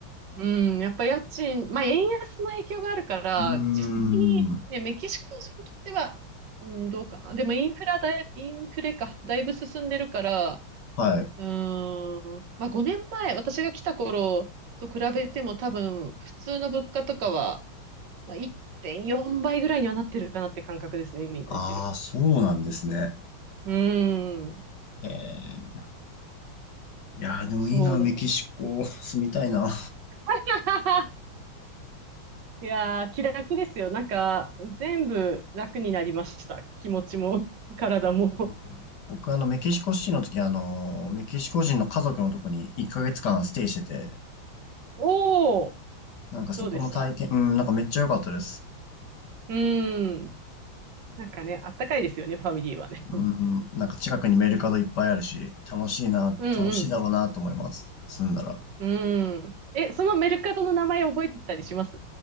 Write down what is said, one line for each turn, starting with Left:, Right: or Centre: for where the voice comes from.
Right: うん、やっぱ家賃、まあ、円安の影響があるから、
Left: うーん。
Right: 実際に、ね、メキシコ人にとっては、うん、どうかな。でもインフラだい、インフレか、だいぶ進んでるから、
Left: はい。
Right: うーん、まあ、5年前、私が来た頃と比べても多分、普通の物価とかは、まあ、1.4倍ぐらいにはなってるかなって感覚ですね、みんな言ってる。
Left: ああ、そうなんですね。
Right: うーん、
Left: ええ。いやー、でもいいな、
Right: そうだから。
Left: メキシコ、<laughs> 住みたいな。
Right: <laughs> いやー、気楽ですよ。なんか、全部楽になりました。気持ちも、<laughs> 体も。
Left: うん僕はあの、メキシコシティの時、あの、メキシコ人の家族のとこに1ヶ月間ステイしてて、
Right: おー、
Left: なんかそこの体験、
Right: どうでした
Left: うん、なんかめっちゃ良かったです。
Right: うーん。なんかね、あったかいですよね、ファミリーはね。
Left: うん、
Right: <laughs>
Left: なんか近くにメルカドいっぱいあるし、楽しいな、
Right: うん
Left: 楽しいだろうなと思います。住んだら。
Right: うん。うーん。え、そのメルカドの名前覚えてたりします